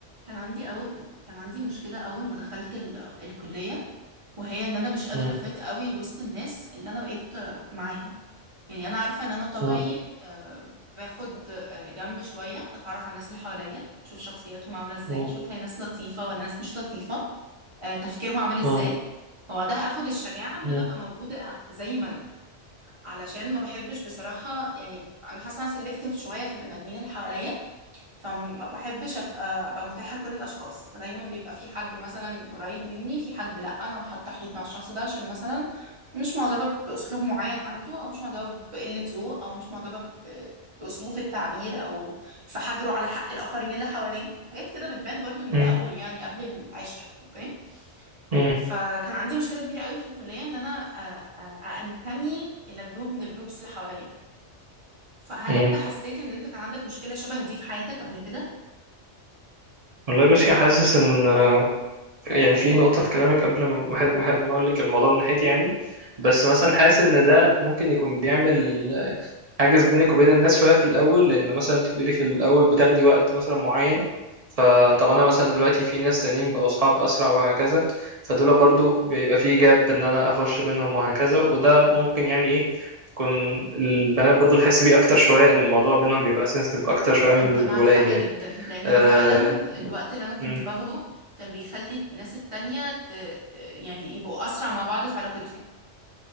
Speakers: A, on the right; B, on the right.
A: كان عندي أول كان عندي مشكلة أول ما دخلت ال... الكلية وهي إن أنا مش قادرة
B: مم.
A: أفيت قوي وسط الناس اللي أنا بقيت آه، معاهم يعني أنا عارفة إن أنا طبعي
B: مم.
A: آه، باخد آه، جنب شوية أتعرف على الناس اللي حواليا أشوف شخصياتهم عاملة إزاي
B: مم.
A: أشوف هي ناس لطيفة ولا ناس مش لطيفة آه، تفكيرهم عامل إزاي
B: مم.
A: وبعدها أخد الشجاعة إن
B: مم.
A: أنا أبقى موجودة زي ما أنا علشان ما بحبش بصراحة يعني أنا حاسة أنا سلكتيف شوية في البني آدمين اللي حواليا فما بحبش ابقى ابقى متاحه لكل الاشخاص فدايما بيبقى في حد مثلا قريب مني في حد لا انا حاطه حدود مع الشخص ده عشان مثلا مش معجبه باسلوب معين عنده او مش معجبه بقله ذوق او مش معجبه ب- باسلوبه في التعبير او في حجره على حق الاخرين اللي حواليه حاجات كده بتبان برضو من
B: مم.
A: الاول يعني قبل العشره اوكي
B: مم.
A: فكان عندي مشكله كبيره قوي في الكليه ان انا أ- أ- انتمي الى جروب من الجروبس اللي حواليا فهل
B: مم.
A: انت حسيت ان انت كان عندك مشكله شبه دي في حياتك قبل كده؟
B: والله بصي حاسس ان يعني في نقطة في كلامك قبل ما ما ما اقول لك الموضوع من ناحيتي يعني بس مثلا حاسس ان ده ممكن يكون بيعمل حاجز بينك وبين الناس شوية في الأول لأن مثلا أنت بتقولي في الأول بتاخدي وقت مثلا معين فطب أنا مثلا دلوقتي في ناس تانيين بقوا أصحاب أسرع وهكذا فدول برضو بيبقى في جاب إن أنا أخش بينهم وهكذا وده ممكن يعني إيه تكون البنات برضو بتحس بيه أكتر شوية لأن الموضوع بينهم بيبقى سنسيتيف أكتر شوية من
A: انت
B: الولاد
A: معك حق
B: يعني
A: جدا لان
B: أه...
A: انا فعلا الوقت اللي انا كنت
B: مم.
A: باخده كان بيخلي الناس التانية ت... ت... يعني يبقوا اسرع مع بعض في علاقتهم